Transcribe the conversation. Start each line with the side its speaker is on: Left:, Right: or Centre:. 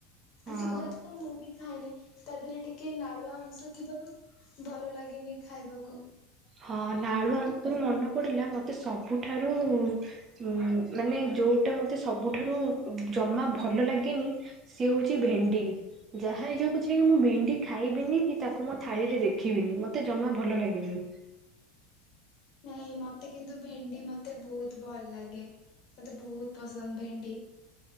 Right: ହଁ
Left: ସେଗୁଡାକ ତ ମୁଁ ବି ଖାଏନି। ତା ଦିରେ ଟିକେ ନାଳୁଆ ଅଂଶ ଥିବାରୁ ଭଲ ଲାଗେନି ଖାଇବାକୁ।
Right: ହଁ ନାଳୁଆଅଂଶରୁ ମନେ ପଡିଲା ମତେ ସବୁଠାରୁ ଉଁ ମାନେ ଯୋଉଟା ମତେ ସବୁଠାରୁ ଜମା ଭଲ ଲାଗେନି। ସିଏ ହଉଚି ଭେଣ୍ଡି। ଯାହା ହେଇଯାଉ ପଛେ ମୁଁ ଭେଣ୍ଡି ଖାଇବିନି କି ତାକୁ ମୋ ଥାଳିରେ ଦେଖିବିନି ମତେ ଜମା ଭଲ ଲାଗେନି।
Left: ନାଇଁ ମତେ କିନ୍ତୁ ଭେଣ୍ଡି ମତେ ବହୁତ ଭଲ ଲାଗେ ମତେ ବହୁତ ପସନ୍ଦ ଭେଣ୍ଡି।